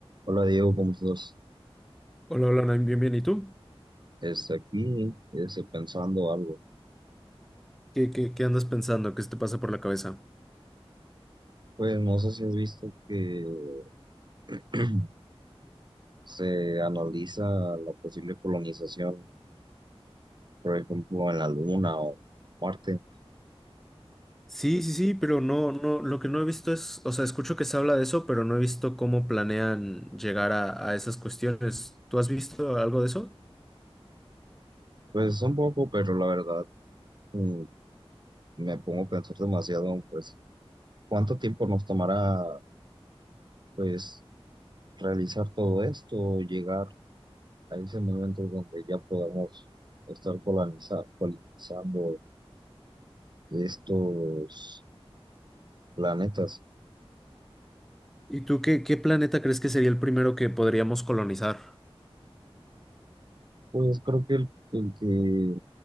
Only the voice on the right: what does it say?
Hola Diego, ¿cómo estás?
Este, aquí este, pensando algo.
Pues no sé si has visto que <clears throat> se analiza la posible colonización, por ejemplo, en la Luna o Marte.
Pues un poco, pero la verdad mm, me pongo a pensar demasiado, pues, ¿cuánto tiempo nos tomará, pues, realizar todo esto, o llegar a ese momento donde ya podamos estar coloniza- colonizando estos planetas?
Pues creo que el, el que